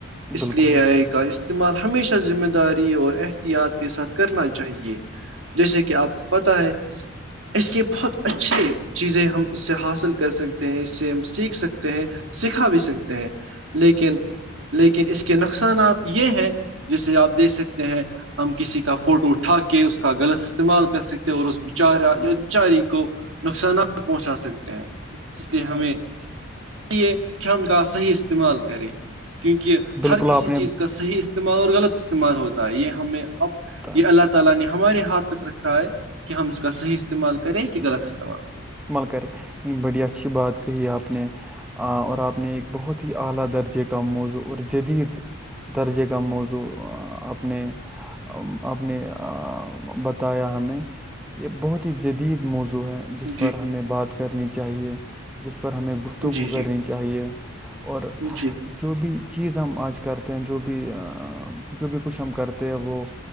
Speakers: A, on the right; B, in the centre.
A: اس
B: بالکل
A: لیے
B: ہو
A: آئے
B: سکتے
A: کا اس استعمال ہمیشہ ذمہ داری اور احتیاط کے ساتھ کرنا چاہیے جیسے کہ آپ کو پتا ہے اس کے بہت اچھے چیزیں ہم اس سے حاصل کر سکتے ہیں اس سے ایم سی سکتے ہیں سکھا بھی سکتے ہیں لیکن لیکن اس کے نقصانات یہ ہیں جسے آپ دیکھ سکتے ہیں ہم کسی کا فوٹو اٹھا کے اس کا غلط استعمال کر سکتے اور اس بیچارا یا بچاری کو نقصانات پہنچا سکتے ہیں اس لیے ہمیں
B: س
A: ک ی صحیح استعمال کریں کیونکہ
B: بالکل
A: ہر کسی
B: آپ
A: چیز کا صحیح استعمال اور غلط استعمال ہوتا ہے یہ ہمیں اب یہ
B: ہے
A: اللہ تعالی نے ہمارے ہاتھ تک رکھا ہے کہ ہم اس کا صحیح استعمال کریں کہ غلط استعمال
B: استعمال کرے نہیں بڑی اچھی بات کہی آپ آپ نے اور آپ نے ایک بہت ہی اعلی درجے کا موضوع اور جدید درجے کا موضوع اپنے اپ نے بتایا ہمیں یہ بہت ہی جدید موضوع ہے جس پر
A: جی
B: ہمیں بات کرنی چاہیے جس پر ہمیں گفتگو
A: جی
B: کرنی
A: جی
B: چاہیے اور
A: جی
B: جو بھی چیز ہم آج کرتے ہیں جو بھی جو بھی کچھ ہم کرتے ہیں وہ